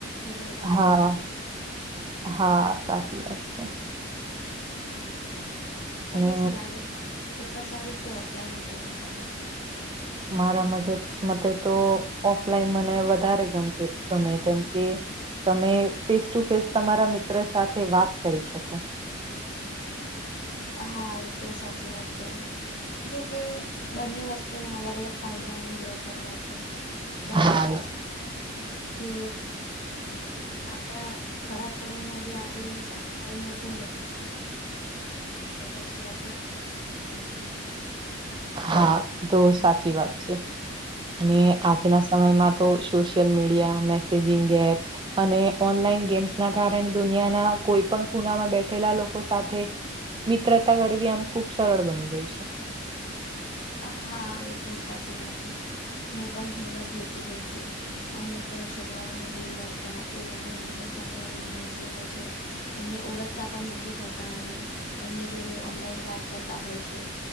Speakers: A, on the left; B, on the right.
A: મિત્રતા
B: હા
A: કરી શકાય
B: હા સાચી વાત છે
A: હા તમને
B: અને
A: શું લાગે ઓનલાન મિત્રતા સારી કે ઓફલાઈન મિત્રતા સારી
B: મારા માટે મતે તો ઓફલાઈન મને વધારે ગમે ગમે કેમ કે તમે ફેસ ટુ ફેસ તમારા મિત્ર સાથે વાત કરી શકો
A: હા, એ તો સાચી વાત કહી. જોકે બંને વસ્તુના અલગ અલગ ફાયદા અને ગેરફાયદા છે પણ
B: હા
A: કે આપડા ખરાબ સમયમાં જે આપડી લ ઉભો રેચ પછી ઓફલાઈન
B: હા તો સાચી વાત છે અને આજના સમયમાં તો સોશિયલ મીડિયા મેસેજિંગ એપ્સ અને ઓનલાઈન ગેમ્સ ના કારણે દુનિયાના કોઈ પણ ખૂણામાં બેઠેલા લોકો સાથે મિત્રતા કરવી આમ ખુબ સરળ બની ગઈ છે
A: આ હા એ તો સાચી વાત છે મેં પણ ઘણી વાર જોતી હોઉ છું અમુક છોકરાઓને ગેમ રમતા એ લોકો મતલબ સામે વાળો માણસ જે હોય છે એમને ઓળખતા પણ નથી હોતા અને એમની જોડે ઓનલાઈન વાત કરતા હોય છે